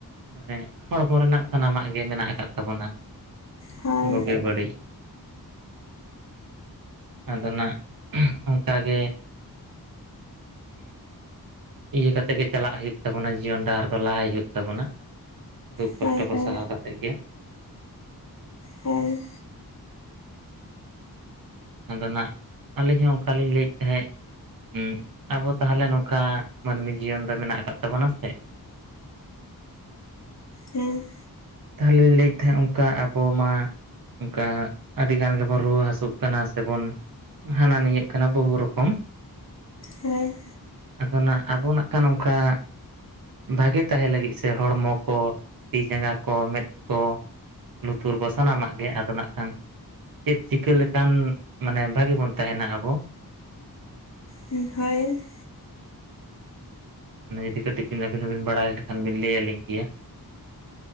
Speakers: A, on the right (about 65°); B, on the left (about 45°).
A: ᱢᱟᱱᱮ ᱦᱚᱲᱢᱚ ᱨᱮᱱᱟᱜ ᱥᱟᱱᱟᱢᱟᱜ ᱜᱮ ᱢᱮᱱᱟᱜ ᱟᱠᱟᱫ ᱟᱵᱚᱱᱟ
B: ᱦᱳᱭ
A: ᱵᱳᱜᱮ ᱵᱟᱹᱲᱤᱡ, ᱟᱫᱚ ᱱᱟᱜ ᱚᱝᱠᱟ ᱜᱮ᱾ ᱤᱭᱟᱹ ᱠᱟᱛᱮᱜ ᱜᱮ ᱪᱟᱞᱟᱜ ᱦᱩᱭᱩᱜ ᱛᱟᱵᱚᱱᱟ ᱡᱤᱭᱚᱱ ᱰᱟᱦᱟᱨ ᱫᱚ ᱞᱟᱦᱟᱭ ᱦᱩᱭᱩᱜ ᱛᱟᱵᱚᱱᱟ᱾ ᱫᱩᱠ
B: ᱦᱳᱭ
A: ᱠᱚᱥᱴᱚ ᱠᱚ
B: ᱦᱳᱭ
A: ᱥᱟᱦᱟᱣ ᱠᱟᱛᱮᱜ ᱜᱮ᱾
B: ᱦᱮᱭ,
A: ᱟᱫᱚ ᱱᱟᱜ ᱟᱹᱞᱤᱧ ᱦᱚᱸ ᱚᱝᱠᱟᱞᱤᱧ ᱞᱟᱹᱭᱮᱜ ᱛᱟᱦᱮᱸᱡ᱾ ᱩᱜ ᱟᱵᱚ ᱛᱟᱦᱚᱞᱮ ᱱᱚᱝᱠᱟ ᱢᱟᱹᱱᱢᱤ ᱡᱤᱭᱚᱱ ᱫᱚ ᱢᱮᱱᱟᱜ ᱟᱠᱟᱫ ᱛᱟᱵᱚᱱᱟ ᱥᱮ᱾
B: ᱦᱮᱸ
A: ᱛᱟᱦᱮᱞᱮ ᱞᱟᱹᱭᱮᱜ ᱛᱟᱦᱮᱸᱜ ᱚᱝᱠᱟ ᱟᱵᱚ ᱢᱟ, ᱚᱝᱠᱟ ᱟᱹᱰᱤ ᱜᱟᱱ ᱜᱮᱵᱚᱱ ᱨᱩᱣᱟᱹ ᱦᱟᱹᱥᱳᱜ ᱠᱟᱱᱟ ᱥᱮᱵᱚᱱ, ᱦᱟᱱᱟ ᱱᱤᱭᱟᱹᱜ ᱠᱟᱱᱟ ᱵᱚᱦᱩ ᱨᱚᱠᱚᱢ᱾
B: ᱦᱮ
A: ᱟᱫᱚ ᱱᱟᱜ ᱟᱵᱚ ᱱᱟᱜᱠᱷᱟᱱ ᱚᱝᱠᱟ, ᱵᱷᱟᱜᱮ ᱛᱟᱦᱮᱸ ᱞᱟᱹᱜᱤᱫ ᱥᱮ ᱦᱚᱲᱢᱚ ᱠᱚ ᱛᱤ ᱡᱟᱸᱜᱟ ᱠᱚ ᱢᱮᱫ ᱠᱚ ᱞᱩᱛᱩᱨ ᱠᱚ ᱥᱟᱱᱟᱢᱟᱜ ᱜᱮ ᱟᱫᱚ ᱱᱟᱜ ᱠᱷᱟᱱ, ᱪᱮᱫ ᱪᱤᱠᱟᱹ ᱞᱮᱠᱷᱟᱱ ᱢᱟᱱᱮ ᱵᱷᱟᱜᱤ ᱵᱚᱱ ᱛᱟᱦᱮᱱᱟ ᱟᱵᱚ?
B: ᱦᱩᱸ ᱦᱳᱭ᱾
A: ᱢᱟᱱᱮ ᱡᱩᱫᱤ ᱠᱟᱹᱴᱤᱡ ᱵᱤᱱ ᱟᱹᱵᱤᱱ ᱦᱚᱸᱵᱤᱱ ᱵᱟᱲᱟᱭ ᱞᱮᱠᱷᱟᱱ ᱵᱤᱱ ᱞᱟᱹᱭ ᱟᱹᱞᱤᱧ ᱠᱮᱭᱟ᱾